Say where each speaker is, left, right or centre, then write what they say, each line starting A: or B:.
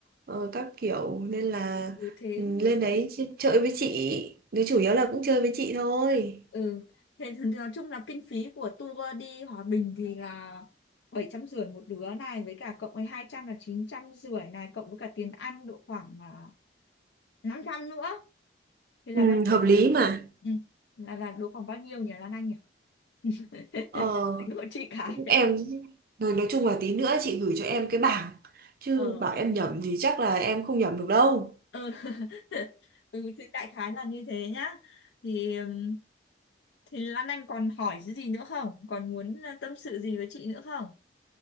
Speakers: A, on the right (about 50°); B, on the left (about 75°).
A: ờ, các kiểu nên là
B: ừ, thế
A: ừ, lên đấy ch- chơi với chị đứa chủ yếu là cũng chơi với chị thôi
B: ừ thế thì nói chung là kinh phí của tour đi Hòa Bình thì là bảy trăm rưỡi một đứa này với cả cộng với hai trăm là chín trăm rưỡi này cộng với cả tiền ăn độ khoảng à, năm trăm nữa thì là
A: ừ,
B: bao nhiêu
A: hợp lý
B: nhỉ
A: mà
B: ừ. là là độ khoảng bao nhiêu nhỉ Lan Anh nhỉ <laughs>
A: ờ,
B: tính của chị cái
A: cũng em rồi nói chung là tí nữa chị gửi cho em cái bảng chứ
B: ờ
A: bảo em nhẩm thì chắc là em không nhẩm được đâu
B: ừ. <laughs> ừ thì đại khái là như thế nhá thì ừm, thì Lan Anh còn hỏi cái gì nữa không còn muốn ờ, tâm sự gì với chị nữa không